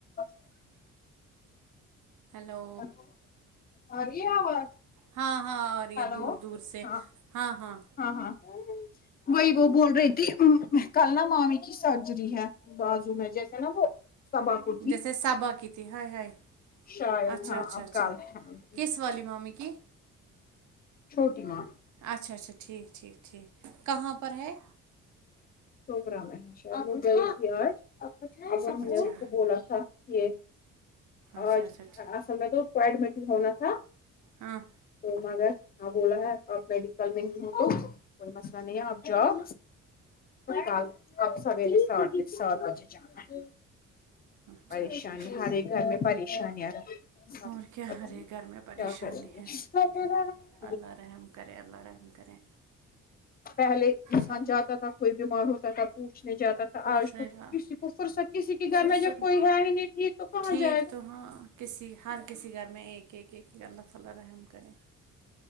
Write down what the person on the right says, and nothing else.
ہیلو
ہاں ہاں آرہی
ہے دور دور سے
ہاں ہاں
جیسے سبا کی تھی ہائے ہائے
اچھا
اچھا
اچھا
کس والی مامی کی
اچھا اچھا ٹھیک ٹھیک ٹھیک کہاں پر ہے
اچھا
اچھا
اچھا ٹھیک
ہاں
اچھا
اچھا اچھا
اور کیا
ہر
ایک گھر میں پریشانی
ہے
اللہ رحم کرے اللہ رحم کرے
چلو
پوچھنے
جا
فرصت
ٹھیک
تو ہاں کسی ہر کسی گھر میں ایک ایک ایک اللہ تعالی رحم کرے